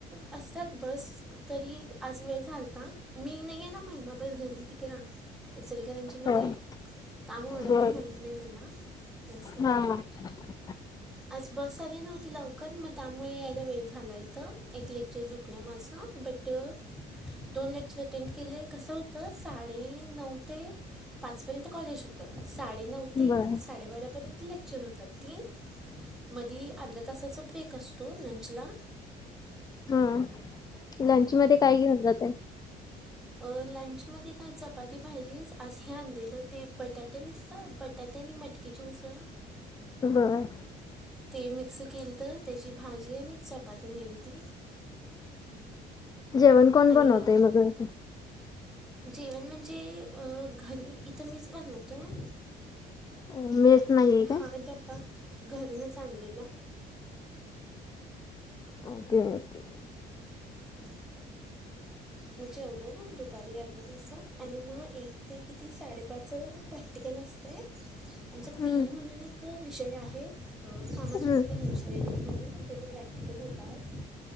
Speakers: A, in the centre; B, on the left.
A: असत्यात बस तरी आज वेळ झालता मी नाहीयेे ना महिनाभर घरी तिकडं <unintelligible> चीमध्ये
B: होय
A: त्यामूळे
B: बर
A: पण माहीत नाही मला जास्त
B: हा हा
A: आज बस आली नव्हती लवकर म त्यामुळे यायला वेळ झालाइथं एक लेक्चर चूक सूटल माझ बट दोन लेक्चर अटेंड केले कसं होतं साडेनऊ ते पाचपर्यंत कॉलेज हो तर साडेनऊ ते
B: बर
A: साडेबारापर्यंत लेक्चर होतात तीन मधी अर्ध्या तासाचा ब्रेक असतो लंचला
B: हां लंचमध्ये काय घेऊन जाताय?
A: अ लंचमध्ये काय चपाती भाजीच आज हे आणलेलं ते बटाटे नसतात बट त्यात आणि मटकीची उसळ
B: बरं आहे.
A: ते मिक्स केलंत त्याची भाजी आणि एक चपाती नेलती
B: जेवण कोण
A: आणि
B: बनवतोय मगं?
A: जेवण म्हणजे अ घरी इथं मीच बनवतोय
B: अ मेस नाहीये
A: हा
B: काय?
A: डबा घरूनच आणलेला
B: ओके ओके.
A: तर म जेवलो पण दुपारी अर्ध्या तासात आणि म एक ते किती साडेपाच प्रॅक्टिकल असते आमचं
B: हम्म
A: पी ई म्हणून क विषय आहे फार्मास्युटिकल
B: हम्म
A: इंजिनिअरिंग म्हणून त्याचं प्रॅक्टिकल होता आज